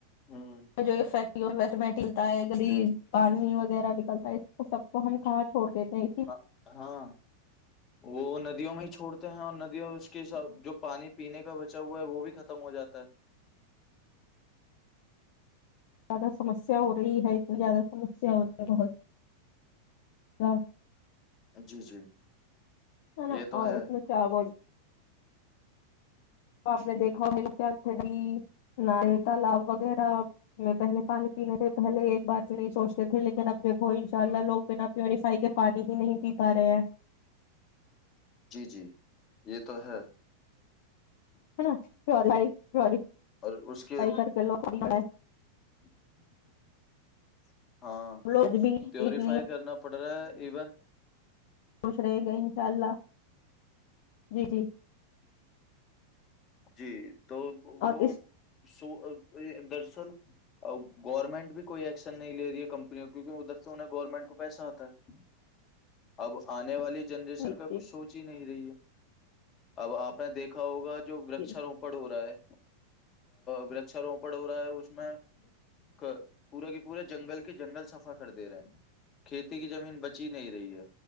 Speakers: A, on the left (about 30°); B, on the left (about 50°).
A: ہوں
B: جو فیک مٹلتا ہے پانی وغیرہ نکلتا ہے سب کو ہم کہاں چھوڑ دیتے ہیں اسی
A: ہ ہاں وہ ندیوں میں ہی چھوڑتے ہیں اور ندیوں اس اس کےس جو پانی پینے کا بچا ہوا ہے وہ بھی ختم ہو جاتا ہے
B: زیادہ سمسیا ہو رہیت زیادہ سمیا ہو رہ بہت ہ
A: جی جی
B: ہ ن
A: یہ تو
B: اور
A: ہے
B: اس س چابول تو آپ نے دیکھا ہو م کیا تھی نہ یہ تالاب وغیرہ میں پہلے پانی پینے تھے پہلے ایک بار تو نہیں سوچتے تھے لیکن اب دیکھو انشاء اللہ لوگ بنا پیوریفائی کے پانی ہی نہیں پی پا رہے ہیں
A: جی جی یہ تو ہے
B: ہ نا پ پ
A: اور اس
B: پھائی کر کے لوگ نہیں
A: <unintelligible> ہاں
B: لوگ بھی
A: پیوریفائی
B: اتنی
A: کرنا پڑ رہا ہے ایون
B: خوش رہے گے انشاء اللہ جی جی
A: جی تو وہ
B: اور اس
A: سو در سر ا گورنمنٹ بھی کوئی ایکشن نہیں لے رہی ہے کمپنیوں کیکہ ادھر سے انہیں گورنمنٹ کو پیسہ آتا ہے اب آنے والی جنریشن
B: جی
A: کا
B: جی
A: کچھ سونچ ہی نہیں رہی ہے اب آپ نے دیکھا ہوگا جو ورت
B: جی
A: اچھروںو پڑ ہو رہا ہے ورچا روپڑ ہو رہا ہے اس میں ک پورا کے پورے جنگل کے جنگل سفا کر دے رہے ہیں کھیتی کی زمین بچی نہیں رہی ہے